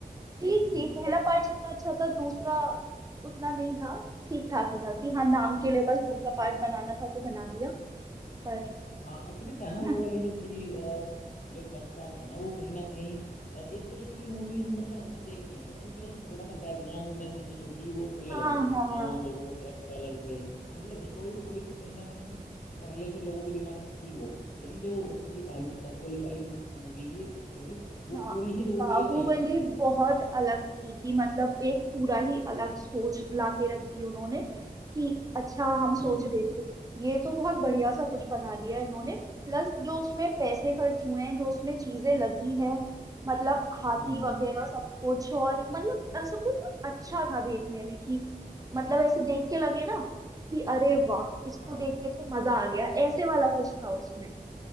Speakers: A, on the left; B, on the right.
A: हम्म,
B: ठीक थी
A: हम्म।
B: पहला पार्ट जितना अच्छा था दूसरा उतना नहीं था ठीक ठाक ही था कि हाँ नाम के लिए बस दूसरा पार्ट बनाना था तो बना दिया पर
A: हाँ एक्चुअली क्या है ना वो
B: <laughs>
A: वाली जो थी अ, जो फर्स्ट पार्ट था ना वो कहीं ना कहीं अ, इस तरीके की मूवीज मतलब हमने देखी हैं बस ठीक है उसमें थोड़ा सा बैकग्राउंड में चीजें जो थी वो थोड़ी अलग
B: हाँ
A: थी
B: हाँ
A: नाम लोगों के कैरेक्टर अलग थे मतलब स्टोरी थोड़ी सी कहीं ना कहीं पहले से लोगों के दिमाग में थी वो लेकिन जो उसकी थी बाहु- बाहुबली वाली मूवी की स्टोरी वो
B: हाँ
A: पूरी ही लोगों
B: बाहुबली
A: के लिए नई थी
B: बहुत अलग थी कि मतलब एक पूरा ही अलग सोच लाके रख दी उन्होंने कि अच्छा हम सोच
A: हम्म
B: रहे थे ये तो बहुत बढ़िया सा कुछ बना दिया इन्होंने प्लस जो उसमें पैसे खर्च हुए हैं जो उसमें चीजें लगी हैं मतलब हाथी
A: हम्म
B: वगैरह सब कुछ और मतलब सब कुछ बहुत अच्छा था देखने में कि मतलब ऐसे देख के लगे ना कि अरे वाह इसको
A: हाँ
B: देख के तो मजा आ गया ऐसे वाला कुछ था उसमें